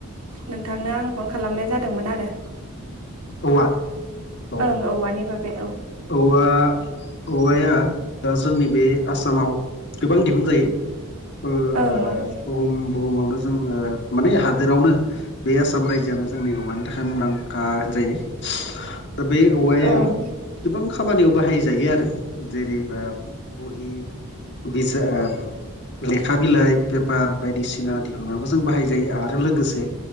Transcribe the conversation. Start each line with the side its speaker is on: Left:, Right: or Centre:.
Right: नोंथांनो आं फन खालामनाय जादोंमोन आरो
Left: औवा औ
Right: ओं औवानि बागै औ
Left: औवा औवाया दा जोंनि बे आसामाव गोबां दिहुनजायो। ओ
Right: ओं
Left: ओ
Right: नंगौ
Left: बुहुम बुहुमावनो जों ओ माने हादोरावनो बे आसाम रायजोआनो जोंनि औवानि थाखाय मुंदांखा होनजायो दा बे औवायाव
Right: ओं
Left: गोबां खामानियाव बाहायजायो आरो जेरैबा बहि बिजा ओं लेखा बिलाइ पेपार बायदिसिना दिहुननायाबो जों बाहायजायो आरो लोगोसे